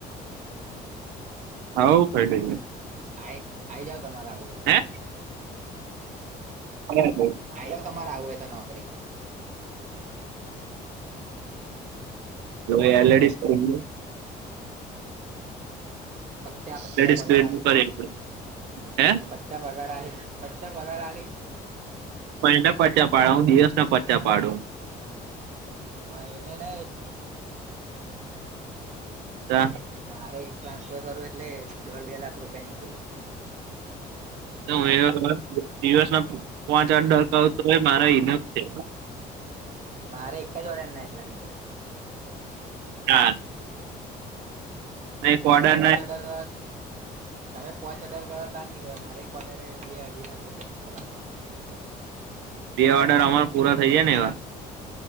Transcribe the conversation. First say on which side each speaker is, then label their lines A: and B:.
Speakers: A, on the right (about 45°); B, on the right (about 90°).
A: હ
B: હવ ક લ
A: આ આઈ જાવ તમારે આવું હોય તો
B: હે હ
A: આ તમારે આવું હોય તો નોકરી
B: એલડી કર
A: પચા પચા
B: લેડીસ
A: પગાર
B: ક્રેડિટ
A: આલિસ
B: કરી આપડે હે
A: પચ્યા પગાર આલિસ પચ્ચા પગાર આલિસ
B: ને પચા પાડ હુ, દિવસ ના પચા પાડુ
A: મા એને ન
B: ત
A: મારે એક ટ્રાન્સફર કરવું એટલે દોઢ બે લાખ રૂપિયા નીકળી જાય.
B: હ દિવસ ના પાંચ આઠ દકા આવતોય મારા હ છે.
A: મારે એક જોડાેના એટલાને કે
B: હા એક
A: તમે
B: ઓર્ડર
A: પોહોચ
B: ના
A: અડાર વાત તમે પોચ હજાર કરવા તારજ નીકળે્યા મારે એકરે બે અઢી લાખ રૂપિયા નીકળે
B: બે ઓર્ડર અમારો પૂરા થઈ જાય ને એવા